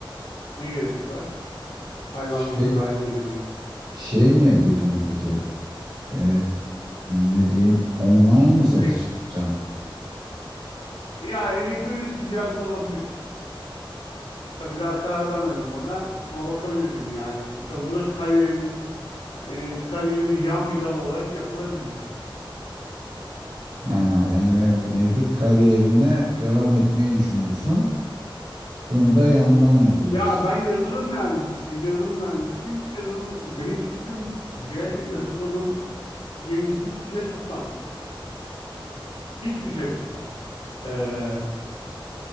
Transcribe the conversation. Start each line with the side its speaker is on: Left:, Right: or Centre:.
Left: Ne gerek var? Hayvan
Right: Şey,
Left: gibi vergi ödemeye.
Right: şey mi yapacaksın peki? Ee, ne diyeyim? Online mı satış
Left: Ele-
Right: yapacaksın?
Left: ya elektronik ticaret olabilir. Tabii daha karar vermedim buna ama bakabilirim yani. Tabii bu da kariyerimin e, kariyerinde yan bir dal olarak yapılabilir.
Right: Ha, yani mevcut kariyerine devam etmeyi düşünüyorsun. Bunu da yandan yapacaksın.
Left: Ya ben yazılım mühendisiyim, yazılım mühendisiyim. Yazılım, benim fikrimce yazılımın yerini hiçbir şey tutmaz. Hiçbir şey tutmaz. Ee,